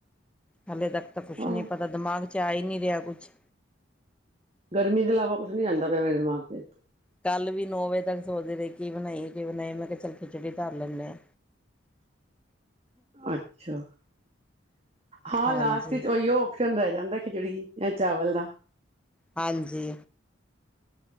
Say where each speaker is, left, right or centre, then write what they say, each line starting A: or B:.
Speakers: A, in the centre; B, on the right.
A: ਹਾਲੇ ਤੱਕ ਤਾਂ ਕੁਛ
B: ਹਾਂ
A: ਨਹੀਂ ਪਤਾ ਦਿਮਾਗ ਆ ਹੀ ਨਹੀਂ ਰਿਹਾ ਕੁਛ
B: ਗਰਮੀ ਦੇ ਇਲਾਵਾ ਕੁਛ ਨੀ ਆ ਜਾਂਦਾ, ਪਿਆ ਮੇਰੇ ਦਿਮਾਗ ਚ
A: ਕੱਲ ਵੀ ਨੌ ਵਜੇ ਤੱਕ ਸੋਚਦੇ ਰਹੇ ਕੀ ਬਣਾਈਏ, ਕਿ ਬਣਾਈ ਮੈਂ ਕਿਹਾ ਚੱਲ ਖਿਚੜੀ ਧਰ ਲੈਂਦੇ ਆ।
B: ਅੱਛਾ, ਹਾਂ
A: ਹਾਂਜੀ
B: ਲਾਸਟ ਚ ਉਹੀਓ ਰਹਿ ਜਾਂਦਾ ਖਿਚੜੀ ਇਹ ਚਾਵਲ ਦਾ।
A: ਹਾਂਜੀ,